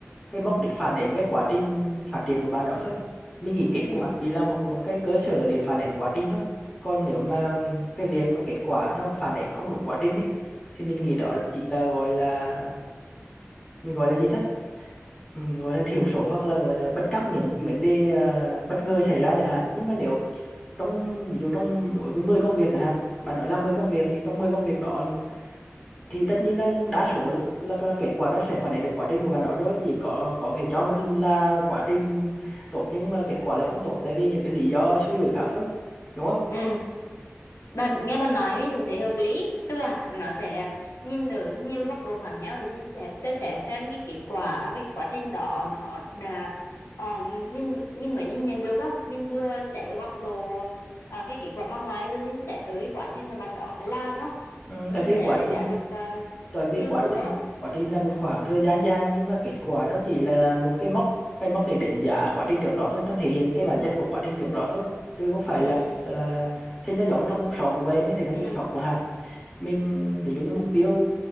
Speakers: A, on the left; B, on the left.
A: cái mốc để phản ánh cái quá trình phát triển của bạn đó thôi mình nghĩ kết
B: ừ
A: quả
B: ừ
A: chỉ là một một cái cơ sở để phản ánh quá trình thôi còn nếu mà cái việc mà kết quả nó phản ánh không đúng quá trình ấy thì mình nghĩ đó
B: ừ
A: là chỉ là gọi là mình gọi là gì ta Ừm, gọi là thiểu số hoặc là gọi là bất trắc những cái vấn đề à, bất ngờ xảy ra chẳng hạn nhưng mà nếu trong ví dụ trong đối với 10 công việc chẳng hạn bạn đó làm 10 công việc thì trong 10 công việc đó thì tất nhiên là đa số là, là, là kết quả nó sẽ phản ánh được quá trình của bạn đó rồi chỉ có có thể cho một lần là quá trình tốt nhưng mà kết quả lại không tốt tại vì những cái lý do suy rủi khác thôi đúng không
B: ừ. bạn nghe bạn nói mình cũng thấy hợp lý tức là nó sẽ nhìn ở nhiều góc độ khác nhau để mình sẽ sẽ sẽ xem cái kết quả với cái quá trình đó nó đã ờ, mình mình mới nhìn nhận được phải không mình vừa xét ở góc độ ờ, cái kết quả mang lại rồi mình xét ở cái quá trình mà bạn đó phải làm đúng không
A: ừ,
B: mình
A: tại vì
B: sẽ
A: quá
B: đúng đánh
A: trình
B: giá được ờ,
A: tại vì
B: nhiều
A: quá
B: thứ
A: trình
B: hơn
A: quá trình là một khoảng thời gian dài nhưng mà kết quả nó chỉ là một cái mốc cái mốc để đánh giá quá trình trước đó thôi nó thể hiện cái bản chất của quá trình trước đó thôi chứ có phải
B: ừ
A: là là thì nó giống trong cuộc sống cũng vậy mới thấy nó
B: ừ
A: cuộc sống chẳng hạn mình ví dụ như mục tiêu